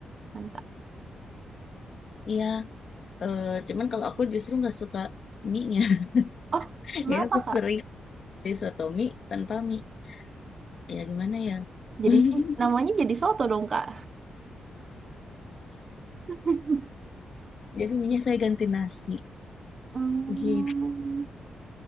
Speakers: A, on the right; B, on the left.
A: mantap
B: iya. Eh, cuman kalau aku justru nggak suka mie-nya,
A: oh
B: <laughs>
A: kenapa
B: ya aku
A: kak
B: sering Disotomi tanpa mie. Ya gimana ya?
A: jadinya
B: <laughs>
A: namanya jadi soto dong kak <laughs>
B: Jadi mie saya ganti nasi.
A: Hmm,
B: Gitu